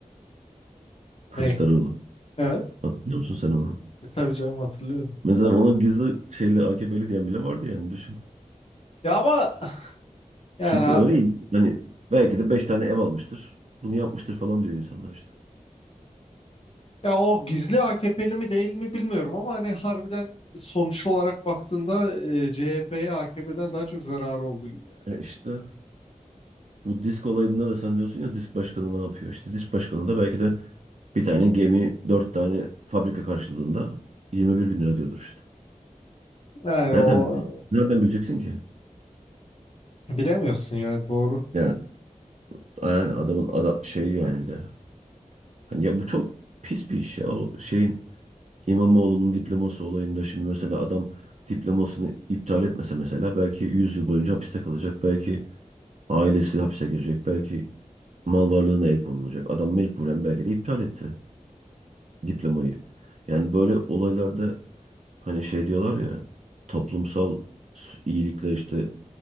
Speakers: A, on the right; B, on the left.
A: Kılıçdaroğlu.
B: ne evet
A: Hatırlıyor musun sen onu?
B: e, tabii canım hatırlıyorum
A: Mesela ona gizli şeyle AKP'li diyen bile vardı yani düşün.
B: ya ama yani
A: Çünkü öyle hani belki de 5 tane ev almıştır. Bunu yapmıştır falan diyor insanlar işte.
B: ya o gizli AKP'li mi değil mi bilmiyorum ama hani harbiden sonuç olarak baktığında e, CHP'ye AKP'den daha çok zararı oldu gibi.
A: E işte bu disk olayında da sen diyorsun ya disk başkanı ne yapıyor? İşte disk başkanı da belki de bir tane gemi 4 tane fabrika karşılığında 21 bin lira diyordur işte.
B: Yani
A: Nereden
B: o
A: bile- nereden bileceksin ki?
B: Bilemiyorsun ya doğru.
A: Yani, yani adamın ada- şey yani bir de. Hani ya bu çok pis bir iş ya o şeyin. İmamoğlu'nun diploması olayında şimdi mesela adam diplomasını iptal etmese mesela belki 100 yıl boyunca hapiste kalacak. Belki ailesi hapse girecek. Belki mal varlığına el konulacak. Adam mecburen belki de iptal etti diplomayı. Yani böyle olaylarda hani şey diyorlar ya toplumsal s- iyilikle işte